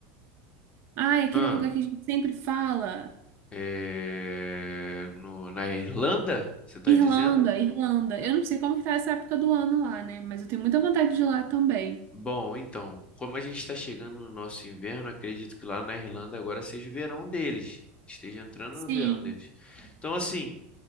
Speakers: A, on the right (about 40°); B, on the left (about 15°).
A: Ai, aquele
B: Ah,
A: lugar que a gente sempre fala.
B: é, no- na Irlanda, você está
A: Irlanda,
B: dizendo?
A: Irlanda. Eu não sei como que tá essa época do ano lá, né? Mas eu tenho muita vontade de ir lá também.
B: Bom, então, como a gente está chegando no nosso inverno, acredito que lá na Irlanda agora seja o verão deles. Esteja entrando
A: Sim,
B: no verão deles. Então, assim,